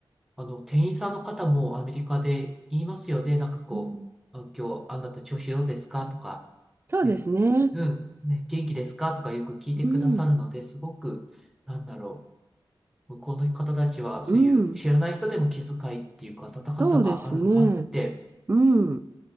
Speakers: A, in the centre; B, on the right.
A: あの、店員さんの方もアメリカで言いますよね。なんかこう、
B: ーん
A: あ今日あなた調子どうですかとか、
B: そうですね。
A: ね、うん、ね、元気ですかとかよく聞いてくださるので、
B: うん、
A: すごく、なんだろう、向こうの方たちはそういう知らない人でも気遣いっていうか温かさがあるなって
B: うん、そうですね。うん。